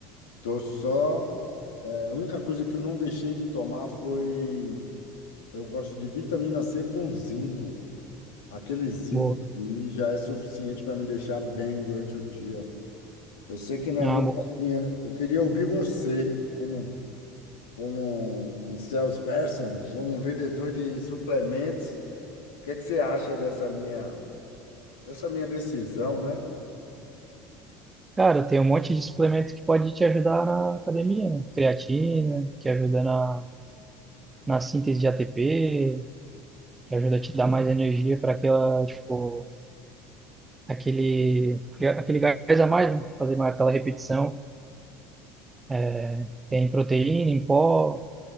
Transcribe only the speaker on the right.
boa.
Ah,
boa.
Cara, tem um monte de suplemento que pode te ajudar na academia, né? Creatina, que ajuda na, na síntese de ATP, que ajuda a te dar mais energia para aquela, tipo, aquele, aquele gás a mais, né? Fazer mais aquela repetição. É, tem proteína em pó,